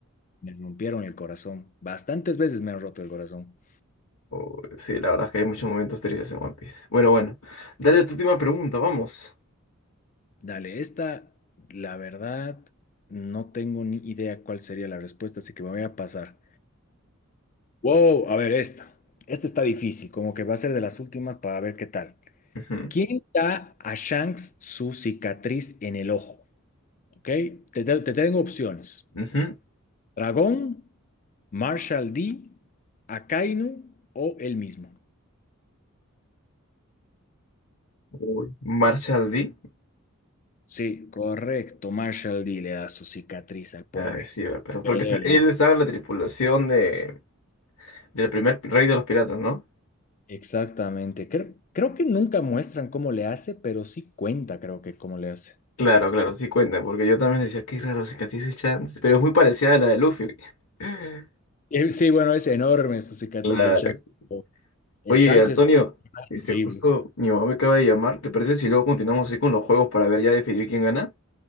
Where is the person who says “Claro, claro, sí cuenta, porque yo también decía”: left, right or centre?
Left